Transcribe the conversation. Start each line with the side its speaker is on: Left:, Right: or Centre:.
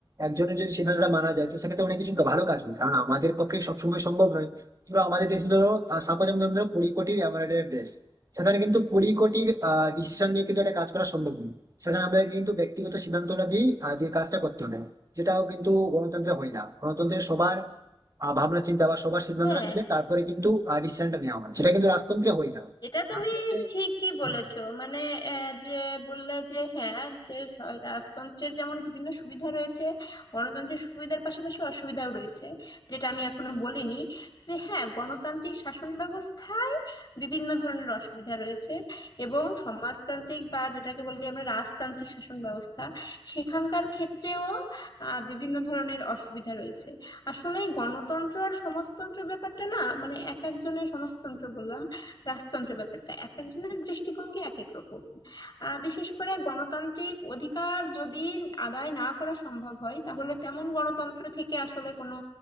Right: একজনের যদি সিদ্ধান্তটা মানা যায় তো সেক্ষেত্রে অনেক কিছু ভালো কাজ হয় কারণ আমাদের পক্ষে সবসময় সম্ভব নয় কিংবা আমাদের দেশে ধরো সাপোজ আমি ধরো কুড়ি কোটির এমআরআইয়ের দেশ সেখানে কিন্তু কুড়ি কোটির ডিসিশন নিয়ে কিন্তু একটা কাজ করা সম্ভব নয় সেখানে আমাদের কিন্তু ব্যক্তিগত সিদ্ধান্তটা দিয়ে আহ, যে কাজটা করতে হবে যেটাও কিন্তু গণতন্ত্রে হয় না গণতন্ত্রে সবার আহ, ভাবনা চিন্তা বা সবার সিদ্ধান্তটা
Left: হ্যাঁ
Right: মিলে তারপরে কিন্তু ডিসিশনটা নেওয়া হয় সেটা কিন্তু রাজতন্ত্রে হয় না
Left: এটা তুমি
Right: রাজতন্ত্রে
Left: ঠিকই বলেছো
Right: হ্যাঁ
Left: মানে আহ, যে বললে যে হ্যাঁ যে স- রাজতন্ত্রের যেমন বিভিন্ন সুবিধা রয়েছে গণতন্ত্রের সুবিধার পাশাপাশি অসুবিধাও রয়েছে যেটা আমি এখনো বলিনি যে হ্যাঁ গণতান্ত্রিক শাসন ব্যবস্থায় বিভিন্ন ধরনের অসুবিধা রয়েছে এবং সমাজতান্ত্রিক বা যেটাকে বলি আমরা রাজতান্ত্রিক শাসন ব্যবস্থা সেখানকার ক্ষেত্রেও আহ, বিভিন্ন ধরনের অসুবিধা রয়েছে আসলে এই গণতন্ত্র আর সমাজতন্ত্র ব্যাপারটা না মানে এক একজনের সমাজতন্ত্র বললাম রাজতন্ত্র ব্যাপারটা এক একজনের দৃষ্টিভঙ্গি এক এক রকম আহ, বিশেষ করে গণতান্ত্রিক অধিকার যদি আদায় না করা সম্ভব হয় তাহলে তেমন গণতন্ত্র থেকে আসলে কোনো